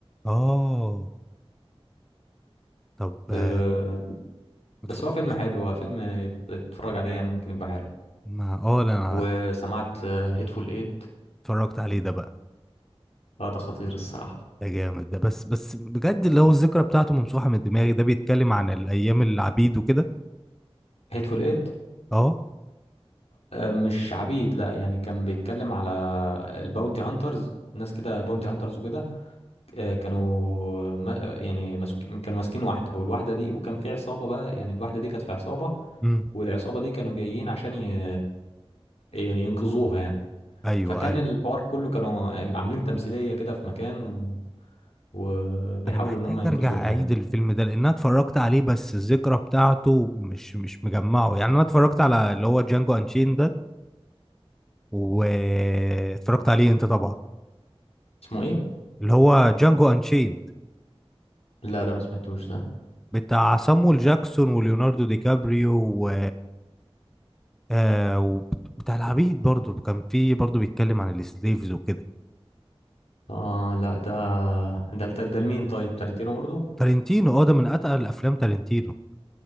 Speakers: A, in the centre; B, on the left.
A: اه طب آه،
B: آه،
A: ما اتفرجتش
B: بس هو فيلم حلو هو فيلم يت- تتفرج عليه يعني ممكن يبقى حلو
A: ما اه لا انا
B: وسمعت هيتفول ايت
A: اتفرجت عليه ده بقى
B: اه ده خطير الصراحة
A: ده جامد ده بس بس بجد اللي هو الذكرى بتاعته ممسوحة من دماغي ده بيتكلم عن الايام العبيد وكده
B: هيتفول ايت
A: اه
B: مش عبيد لا يعني كان بيتكلم على الباونتي هانترز ناس كده باونتي هانترز وكده آه، كانوا ما- آه، يعني مسك... كانوا ماسكين واحدة والواحدة دي وكان في عصابة بقى يعني الواحدة دي كانت في عصابة
A: امم
B: والعصابة دي كانوا جايين عشان ي... ينقذوها يعني
A: ايوه
B: فكان
A: ايوه
B: الحوار كله كانوا عاملين تمثيلية كده في مكان و... وبيحاولوا
A: انا محتاج
B: ان هم ينقذوها
A: ارجع اعيد
B: يعني
A: الفيلم ده لان انا اتفرجت عليه بس الذكرى بتاعته مش مش مجمعه يعني انا اتفرجت على اللي هو جانجو انشين ده واتفرجت عليه انت طبعا
B: اسمه ايه
A: اللي هو جانجو انشين
B: لا ده ما سمعتوش ده
A: بتاع صامويل جاكسون وليوناردو دي كابريو و... آه وبتاع العبيد برضو كان في برضو بيتكلم عن السليفز وكده
B: اه لا ده ده ده, ده لمين طيب تارنتينو برضو
A: تارنتينو اه ده من اتقل الافلام تارنتينو